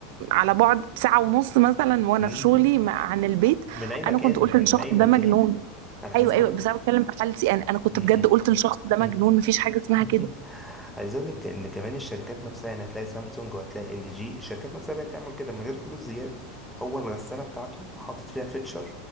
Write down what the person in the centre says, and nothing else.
اه
من اي مكان
من
اي
مكان
انا عايز
اقول
م-
م-
<laughs>
عايز اقول لك ان كمان الشركات نفسها يعني هتلاقي سامسونج وهتلاقي ال جي الشركات نفسها بقت تعمل كده من غير فلوس زياده هو الغساله بتاعته حاطط فيها فيتشر